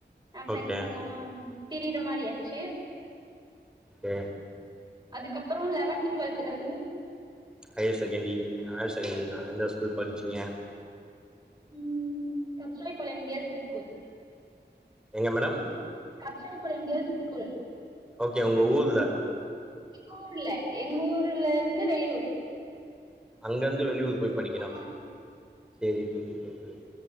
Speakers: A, on the right (about 25°); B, in the centre.
A: ஏ ஃப்ரெண்ட்ஸ்
B: ஓகே
A: எல்லா பிரியிற மாரி ஆச்சு
B: அ
A: அதுக்கப்றோ லெவன்த் டுவெல்த்ல வந்து
B: ஹையர் செகண்டி ஹையர் செகண்டரி லா எந்த ஸ்கூல் படிச்சிங்க
A: ம் கச்சுலை பழங்கியள்ஸிஸ் ஸ்கூல்
B: எங்க மேடம்
A: கச்சுலை பழங்கியள்ஸிஸ் ஸ்கூல்
B: ஓகே உங்க ஊர்ல
A: எங்க ஊர்ல எங்க ஊர்ல இருந்து வெளியூர்
B: அங்க இருந்து வெளியூர் போய் படிக்கணு
A: ஆ
B: செரி செரி செரி செரி